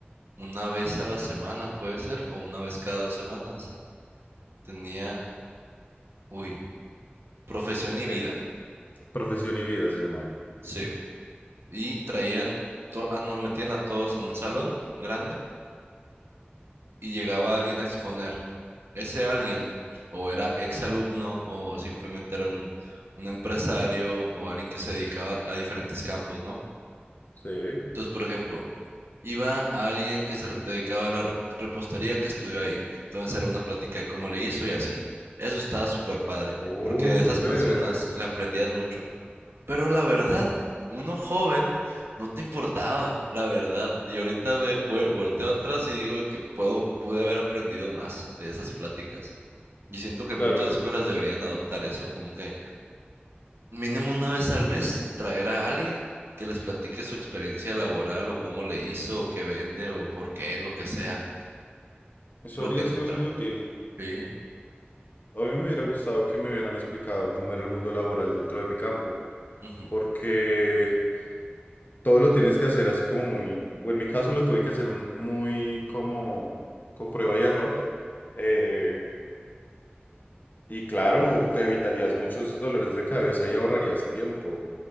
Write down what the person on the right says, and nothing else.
una vez a la semana, puede ser, o una vez cada dos semanas. Tenía, uy, profesión y
vida.
Sí. y traían, to- ah, nos metían a todos en un salón grande y llegaba alguien a exponer. Ese alguien o era exalumno o simplemente era un, un empresario o alguien que se dedicaba a diferentes campos, ¿no?
Entonces, por ejemplo, iba alguien que se re- dedicaba a la rep- repostería que estudió ahí. Entonces era una plática de cómo le hizo y así. Eso estaba súper padre,
porque de
esas personas le aprendías mucho. Pero la verdad, uno joven no te importaba, la verdad. Y ahorita me vuel- volteo atrás y digo que puedo, pude haber aprendido más de esas pláticas. Y siento que
muchas escuelas deberían adoptar eso, como que mínimo una vez al mes traer a alguien que les platique su experiencia laboral o cómo le hizo, o qué vende, o por qué, lo que sea,
algo
que nutra.
Sí.
Ujú.